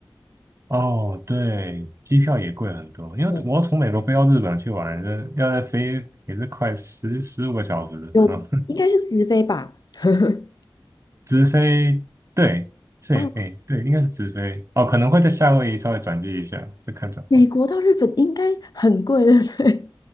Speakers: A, on the right (about 35°); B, on the left (about 55°).
A: 哦，对，机票也贵很多，因为我要从美国飞到日本去玩，
B: 嗯，
A: 要要再飞也是快十十五个小时啊，
B: 有应该是直飞吧？
A: 然后
B: <laughs>
A: <laughs> 直飞，对，是，
B: 哦，
A: 哎，对，应该是直飞，哦，可能会在夏威夷稍微转机一下，再看状况。
B: 美国到日本应该很贵的，对。